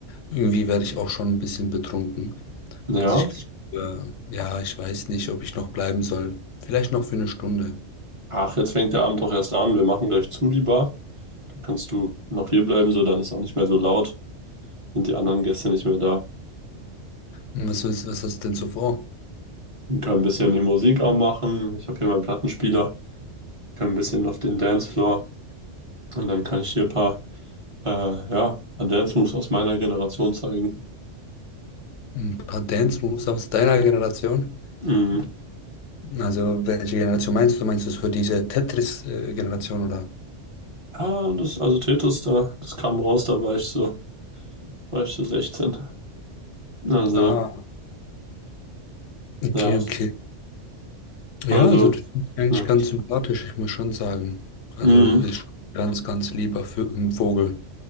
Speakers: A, on the left; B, on the right.
A: Irgendwie werde ich auch schon ein bisschen betrunken.
B: Ja.
A: Also, ich, äh, ja, ich weiß nicht, ob ich noch bleiben soll. Vielleicht noch für eine Stunde.
B: Ach, jetzt fängt der Abend doch erst an. Wir machen gleich zu, die Bar. Dann kannst du noch hier bleiben, so dann ist auch nicht mehr so laut. Sind die anderen Gäste nicht mehr da.
A: Und Was, ist, was hast du denn so vor?
B: Wir können ein bisschen die Musik anmachen. Ich habe hier meinen Plattenspieler. Können ein bisschen auf den Dancefloor. Und dann kann ich hier ein paar, äh, ja, ein paar Dance-Moves aus meiner Generation zeigen.
A: Ein paar Dance-Moves aus deiner Generation?
B: Mhm.
A: Also, welche Generation meinst du? Meinst du so diese Tetris-Generation oder?
B: Ja, das, also Tetos da, das kam raus, da war ich so, war ich so 16. Also,
A: Ah, okay,
B: ja,
A: okay. Ja,
B: also,
A: also du klingst eigentlich
B: ja.
A: ganz sympathisch, ich muss schon sagen. Also
B: Mhm.
A: du bist schon ein ganz, ganz lieber für ein Vogel.